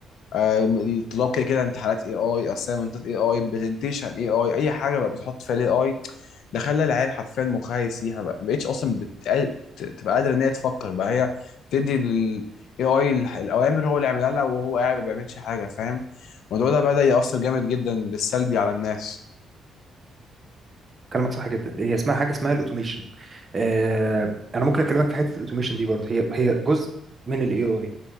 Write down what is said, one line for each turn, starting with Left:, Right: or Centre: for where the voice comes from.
Left: الطلاب كده كده امتحانات اي اي اسايمنتات اي اي برزنتيشن اي اي اي حاجه بقى بتحط فيها الاي اي ده خلى العيال حرفيا مخها يسيح ما بق- ما بقتش اصلا بتقل... ت- تبقى قادره ان هي تفكر بقى هي بتدي للاي اي الاوامر هو اللي يعملها لها وهو قاعد ما بيعملش حاجه فاهم الموضوع ده بدا ياثر جامد جدا بالسلبي على الناس
Right: كلامك صح جدا هي اسمها حاجه اسمها الاوتوميشن آه انا ممكن اكلمك في حته الاوتوميشن دي برضه هي هي جزء من الاي اي